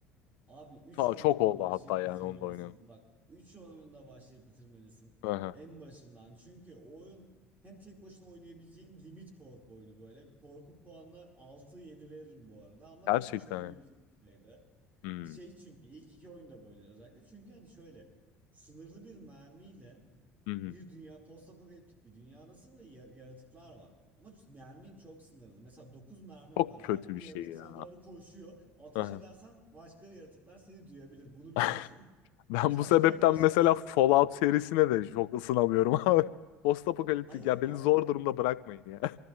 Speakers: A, on the right; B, on the left.
A: Abi 3
B: Ta,
A: oyununda
B: çok oldu
A: başlayıp
B: hatta yani
A: bitirmelisin.
B: onu da oynadım.
A: Bak 3 oyununda başlayıp bitirmelisin.
B: Aha.
A: En başından. Çünkü o oyun hem tek başına oynayabileceğin limit korku oyunu böyle. Korku puanına altı yedi veririm bu arada ama
B: Gerçekten.
A: tek başına oynayabileceğin
B: yani.
A: düzeyde.
B: Hmm.
A: Şey çünkü ilk iki oyunda böyle özellikle. Çünkü hani şöyle sınırlı bir mermiyle
B: Hı hı.
A: bir dünya postapokaliptik bir dünyadasın ve yar- yaratıklar var. Ama mermin çok sınırlı. Mesela 9 mermin
B: Çok
A: var abi.
B: kötü
A: Bir
B: bir
A: yaratık
B: şey ya.
A: sana doğru koşuyor. Ateş
B: Aha.
A: edersen başka yaratıklar seni duyabilir. Bunu
B: <laughs>
A: biliyorsun.
B: Ben
A: Ka- kaçmaya
B: bu sebepten
A: başlıyorsun.
B: mesela Fallout serisine de çok ısınamıyorum abi. <laughs> Postapokaliptik
A: Hayır,
B: ya beni
A: a-
B: zor durumda bırakmayın ya.